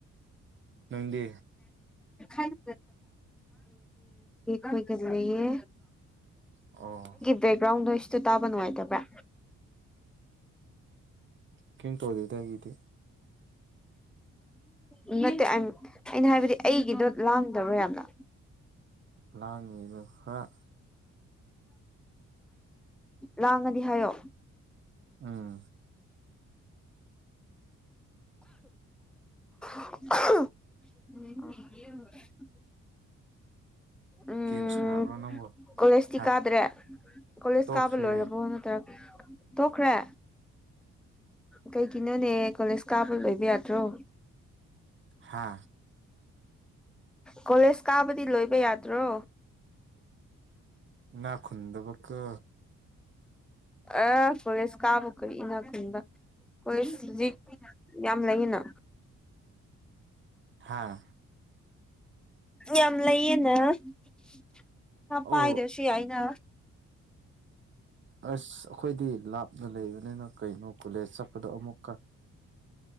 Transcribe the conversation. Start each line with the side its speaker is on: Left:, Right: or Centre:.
Right: ꯅꯪꯗꯤ
Centre: ꯊꯗꯤ ꯍꯣꯏꯒ ꯂꯩꯌꯦ
Right: ꯑ
Centre: ꯕꯦꯛꯒ꯭ꯔꯥꯎꯟꯗꯣ ꯏ ꯏꯁ ꯇꯥꯕ ꯅꯨꯡꯉꯥꯏꯇꯕ꯭ꯔꯥ
Right: ꯀꯦꯟ ꯇ ꯍꯧꯗ ꯏꯒꯗꯤ
Centre: ꯎꯝ ꯅꯠꯇꯦ ꯑꯩꯅ ꯍꯥꯏꯕꯗꯤ ꯑꯩꯒꯤꯗꯣ ꯂꯥꯡꯗꯔꯣ ꯌꯥꯝꯅ
Right: ꯂꯥꯡꯉꯤꯕ ꯈꯔ
Centre: ꯂꯥꯡꯉꯗꯤ ꯍꯥꯏꯌꯣ
Right: ꯎ
Centre: <unintelligible> ꯎꯝ
Right: ꯒꯥꯝ ꯁꯅꯕꯣ ꯅꯪꯕꯣ
Centre: ꯀꯣꯂꯦꯖꯇꯤ
Right: ꯍꯥ
Centre: ꯀꯥꯗ꯭ꯔꯦ ꯀꯣꯂꯦꯖ
Right: ꯇꯣꯛꯈ꯭ꯔꯦ
Centre: ꯀꯥꯕ ꯂꯣꯏꯔꯕꯣ ꯅꯠꯇ꯭ꯔ ꯇꯣꯛꯈ꯭ꯔꯦ ꯀꯩꯒꯤꯅꯣꯅꯦ ꯀꯣꯂꯦꯖ ꯀꯥꯕ ꯂꯣꯏꯕ ꯌꯥꯗ꯭ꯔꯣ
Right: ꯍꯥ
Centre: ꯀꯣꯂꯦꯖ ꯀꯥꯕꯗꯤ ꯂꯣꯏꯕ ꯌꯥꯗ꯭ꯔꯣ
Right: ꯅꯥ ꯈꯨꯨꯟꯗꯕ ꯀ
Centre: ꯑꯥ ꯀꯣꯂꯦꯖ ꯀꯥꯕꯨ ꯀꯔꯤ ꯏꯅꯥꯛ ꯈꯨꯟꯕ ꯀꯣꯂꯦꯖ ꯍꯧꯖꯤꯛ ꯌꯥꯝ ꯂꯩꯌꯦꯅ
Right: ꯍꯥꯥ
Centre: ꯌꯥꯝ ꯂꯩꯌꯦꯅ ꯄꯩꯁꯥ ꯄꯥꯏꯗ꯭ꯔꯁꯨ
Right: ꯑꯧ
Centre: ꯌꯥꯏꯅ
Right: ꯑꯁ ꯑꯩꯈꯣꯏꯗꯤ ꯂꯥꯞꯅ ꯂꯩꯕꯅꯤꯅ ꯀꯩꯅꯣ ꯀꯣꯂꯦꯖ ꯆꯠꯄꯗꯣ ꯑꯃꯨꯛꯀ